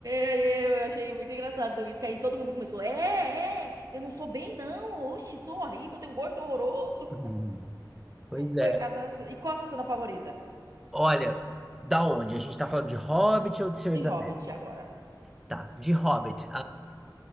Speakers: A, on the right (about 50°); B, in the centre.
A: aí eu achei muito engraçado isso, que aí todo mundo começou, é, é, eu não sou bem não, oxi, sou horrível, eu tenho um gosto horroroso.
B: Hum, Pois é.
A: Foi cada. ce- E qual a sua cena favorita?
B: Olha, da onde? A gente tá falando de Hobbit ou de Senhor
A: De
B: dos Anéis?
A: Hobbit agora.
B: Tá, de Hobbit.